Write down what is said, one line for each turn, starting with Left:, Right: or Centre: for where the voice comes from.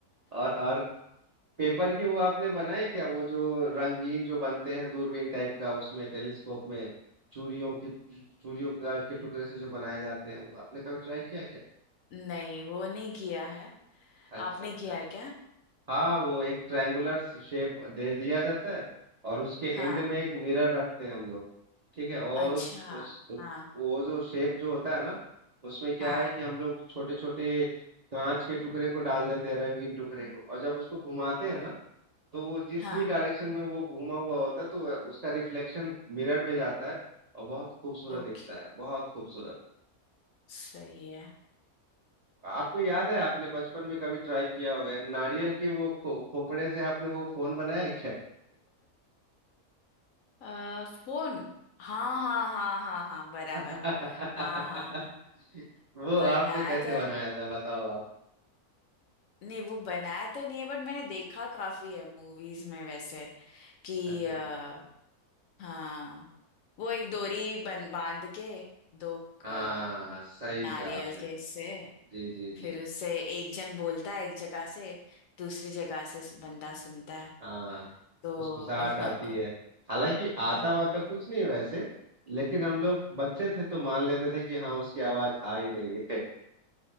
Right: और और पेपर के वो आपने बनाए क्या वो जो रंगीन जो बनते हैं दूरबीन टाइप का उसमें टेलीस्कोप में चूड़ियों की चूड़ियों का के टुकड़े से जो बनाए जाते हैं वो आपने कभी ट्राई किया क्या
Left: नहीं वो नहीं किया है
Right: अच्छा
Left: आपने
Right: अच्छा
Left: किया है क्या हाँ
Right: हाँ वो एक ट्रायंगुलर शेप दे दिया जाता है और उसके एंड
Left: हाँ
Right: में एक मिरर रखते हैं हम लोग ठीक है और
Left: अच्छा
Right: उस, उस
Left: हाँ
Right: वो जो शेप जो होता है ना उसमें क्या
Left: हाँ
Right: है कि हम लोग छोटे छोटे कांच के टुकड़े को डाल देते हैं रंगीन टुकड़े को और जब उसको घुमाते हैं ना तो वो जिस
Left: हाँ
Right: भी डायरेक्शन में वो घुमा हुआ होता है तो वह- उसका रिफ्लेक्शन मिरर में जाता है और बहुत खूबसूरत
Left: ओके
Right: दिखता है बहुत खूबसूरत
Left: सही है
Right: आपको याद है आपने बचपन में कभी ट्राई किया होगा नारियल की वो खो, खोपड़े से आपने वो फोन बनाया है क्या
Left: अ, फोन हाँ हाँ हाँ हाँ हाँ बराबर
Right: <laughs>
Left: हाँ हाँ हाँ
Right: वो
Left: बनाया
Right: आपने कैसे
Left: तो
Right: बनाया था बताओ आप
Left: नहीं वो बनाया तो नहीं है बट मैंने देखा काफी है मूवीज में वैसे कि
Right: अच्छा
Left: अ,
Right: अच्छा
Left: हाँ वो एक डोरी बन बांध के दो
Right: हाँ
Left: अ,
Right: सही
Left: नारियल
Right: कहा आपने
Left: के से
Right: जी जी जी
Left: फिर उससे एक जन बोलता है एक जगह से दूसरी जगह से बंदा सुनता है
Right: हाँ
Left: तो
Right: फुसफुसाहट आती
Left: <laughs>
Right: है हालांकि आता
Left: हाँ
Right: वाता कुछ नहीं वैसे लेकिन हम लोग बच्चे थे तो मान लेते थे कि हाँ उसकी आवाज आ ही रही है